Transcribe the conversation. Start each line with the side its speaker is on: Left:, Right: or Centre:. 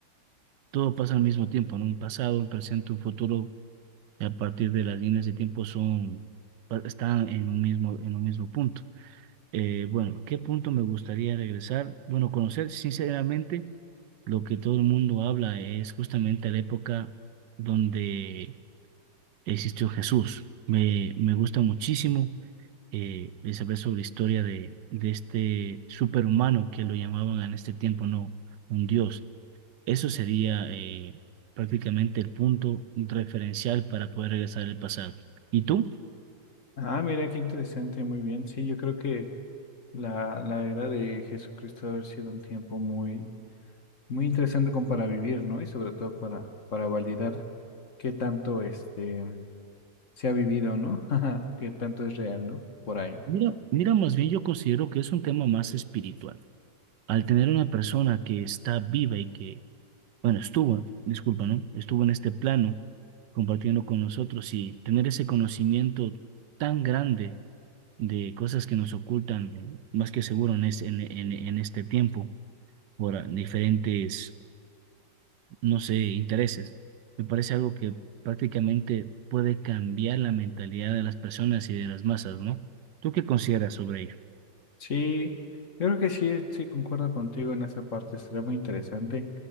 Right: todo pasa al mismo tiempo, ¿no? Un pasado, un presente, un futuro, a partir de las líneas de tiempo son, pa- están en un mismo, en un mismo punto. Eh, bueno, ¿qué punto me gustaría regresar? Bueno, conocer sinceramente lo que todo el mundo habla es justamente la época donde existió Jesús. Me, me gusta muchísimo eh, el saber sobre la historia de, de este superhumano que lo llamaban en este tiempo, no, un dios. Eso sería eh, prácticamente el punto referencial para poder regresar al pasado. ¿Y tú?
Left: Ah, mira, qué interesante, muy bien. Sí, yo creo que la, la era de Jesucristo debe haber sido un tiempo muy, muy interesante como para vivir, ¿no? Y sobre todo para, para validar qué tanto este se ha vivido, ¿no? <laughs> Qué tanto es real, ¿no? Por ahí.
Right: Mira, mira, más bien yo considero que es un tema más espiritual. al tener una persona que está viva y que, bueno, estuvo, disculpa, ¿no? Estuvo en este plano compartiendo con nosotros y tener ese conocimiento tan grande de cosas que nos ocultan, eh, más que seguro en, es- en, en, en este tiempo, por ah, diferentes, no sé, intereses. Me parece algo que prácticamente puede cambiar la mentalidad de las personas y de las masas, ¿no? ¿Tú qué consideras sobre ello?
Left: Sí, yo creo que sí, sí concuerdo contigo en esa parte, será muy interesante.